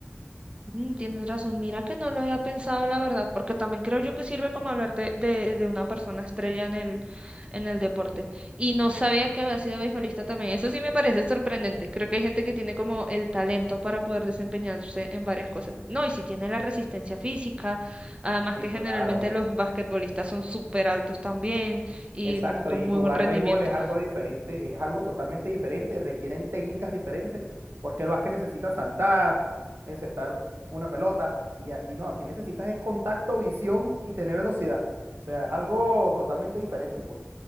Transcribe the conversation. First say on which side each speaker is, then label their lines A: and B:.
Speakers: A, on the right; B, on the right.
A: Mm, tienes razón, mira que no lo había pensado la verdad, porque también creo yo que sirve como hablar de, de, de una persona estrella en el, en el deporte. Y no sabía que había sido beisbolista también. Eso sí me parece sorprendente. Creo que hay gente que tiene como el talento para poder desempeñarse en varias cosas. No, y si tiene la resistencia física, además
B: Sí,
A: que
B: claro.
A: generalmente los basquetbolistas son súper altos también y
B: Exacto,
A: como con
B: y
A: muy
B: jugar
A: buen rendimiento.
B: béisbol es algo diferente, es algo totalmente diferente, requieren técnicas diferentes, porque el básquet necesita saltar, encestar una pelota, y aquí no, aquí necesitas es contacto, visión y tener velocidad. O sea, es algo totalmente diferente, pues.